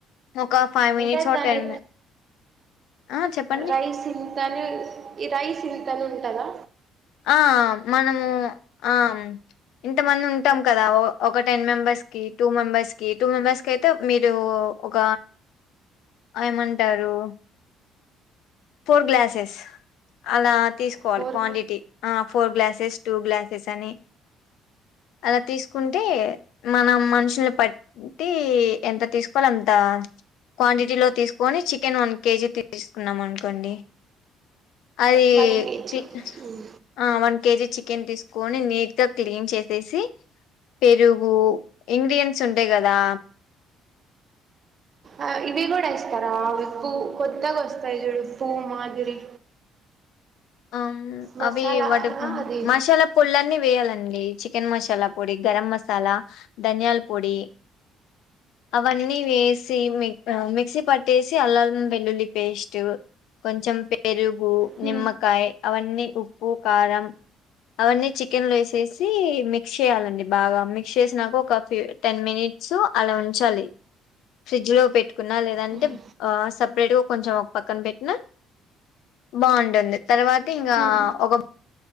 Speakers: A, on the left (about 75°); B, on the right (about 30°).
A: ఒక ఫైవ్ మినిట్స్
B: అంటే
A: ఓ
B: దాని
A: టెన్ మిని ఆ చెప్పండి
B: రైస్ ఇంతని ఈ రైస్ ఇంతని ఉండి కదా
A: ఆ మనము ఆ ఇంతమంది ఉంటాం కదా ఒక టెన్ మెంబెర్స్ కి టూ మెంబర్స్ కి టూ మెంబర్స్ కి అయితే మీరు ఒక ఏమంటారు ఫోర్ గ్లాసెస్ అలా తీసుకోవాలి
B: ఫోర్
A: క్వాంటిటీ ఆ ఫోర్ గ్లాసెస్ టూ గ్లాసెస్ అని అలా తీసుకుంటే మనం మనుషుల్ని బట్టి ఎంత తీసుకోలో అంత క్వాంటిటీలో తీసుకొని చికెన్ వన్ కేజీ తీసుకున్నాం అం కొండి అది
B: వన్ కేజీ
A: పిక్
B: ఉమ్.
A: ఆ వన్ కేజీ చికెన్ తీసుకొని నీట్ గా క్లీన్ చేసేసి పెరుగు ఇంగ్రిడియంన్ట్స్ ఉంటాయి కదా
B: ఆ ఇవి కూడా ఎస్త తరా అవి పూ కొత్తగా వస్తాయి చూడు పూ మాదిరి
A: ఆమ్
B: మసాలా
A: అవి వడ
B: ఆ అది
A: మసాలా పొళ్ళు అన్నీ వేయాలండి ఉమ్ చికెన్ మసాలా పొడి గరం మసాలా ధనియాల పొడి అవన్నీ వేసి మి ఆ మిక్సీ పట్టి వేసి అల్లంవెల్లుల్లి పేస్ట్ కొంచెం పెరుగు
B: హ
A: నిమ్మకాయ అవన్నీ ఉప్పు కారం అవన్నీ చికెన్లో వేసేసి మిక్స్ చేయాలండి బాగా మిక్స్ చేసినాక ఒక ఫి్ టెన్ మినిట్స్ అలా ఉంచాలి ఫ్రిడ్జ్ లో పెట్టుకున్నా లేదంటే
B: హ్మ్
A: సపరేట్గా కొంచెం ఒక పక్కన పెట్టినా బాగుంటుంది తర్వాత ఇంకా
B: హ్మ్
A: ఒక